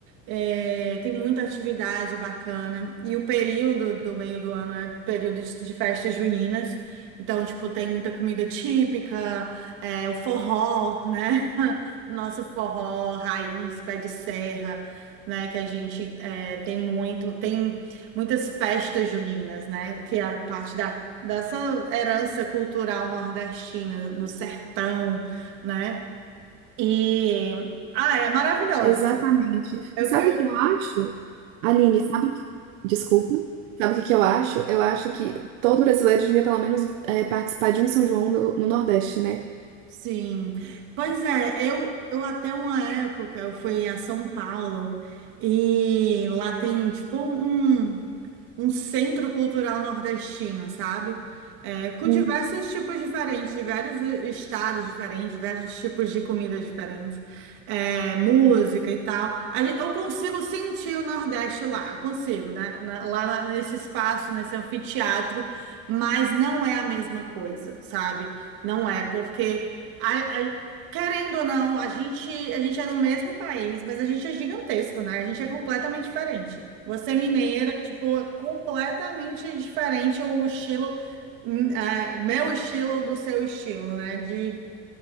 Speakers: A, on the right (about 65°); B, on the right (about 80°).
A: É, tem muita atividade bacana. E o período do meio do ano é período de, de festas juninas. Então, tipo, tem muita comida típica, é, o forró, né? <laughs> O nosso forró raiz, pé de serra, né? Que a gente é, tem muito, tem muitas festas juninas, né? Que é a parte da, dessa herança cultural nordestina, do sertão, né? E, ah, é maravilhoso.
B: Exatamente.
A: Eu
B: E sabe
A: quero.
B: o que eu acho? Aline, sabe que... Desculpa. Sabe o que que eu acho? Eu acho que todo brasileiro devia pelo menos eh, participar de um São João no no Nordeste, né?
A: Sim, pois é, eu, eu até uma época eu fui a São Paulo e lá tem tipo um, um centro cultural nordestino, sabe? É, com
B: Uhum.
A: diversos tipos diferentes, de vários estados diferentes, diversos tipos de comidas diferentes, é, música e tal. A gen- Eu consigo sentir o Nordeste lá, eu consigo, né? Na- lá na- nesse espaço, nesse anfiteatro, mas não é a mesma coisa, sabe? Não é, porque. A- a- querendo ou não, a gente, a gente é do mesmo país, mas a gente é gigantesco, né? A gente é completamente diferente. Você é mineira, tipo, é completamente diferente o estilo, hum, é, o meu estilo do seu estilo, né? De,